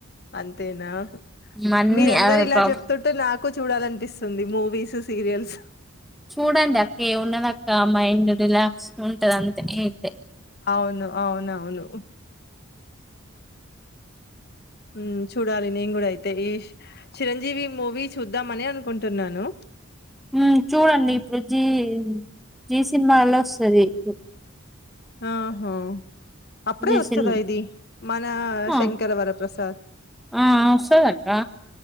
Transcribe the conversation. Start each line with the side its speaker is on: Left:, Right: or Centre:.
Left: అంతేనా
Centre: హ్మ్. అన్నీ
Left: మీరందరు
Centre: ఆహ్,
Left: ఇలా
Centre: ప్రాబ్
Left: చెప్తుంటే నాకు క్కు చూడాలనిపిస్తుంది మూవీస్ సీరియల్స్
Centre: చూడండి అక్క ఉన్నదక్క మైండ్ రిలాక్స్ ఉంటది అంతే ఏంతె
Left: అవును అవునవును మ్ చూడాలి నేను గూడా అయితే ఈ చిరంజీవి మూవీ చూద్దామని అనుకుంటున్నాను
Centre: మ్ చూడండి ఇప్పుడు జి జి సినిమాలో ఒస్తది ఇప్పుడు
Left: ఆహా అప్పుడే
Centre: జీ
Left: వస్తుదా
Centre: సినిమా
Left: ఇది మన
Centre: ఆ!
Left: శంకరవరప్రసాద్
Centre: ఆ వస్తుద అక్క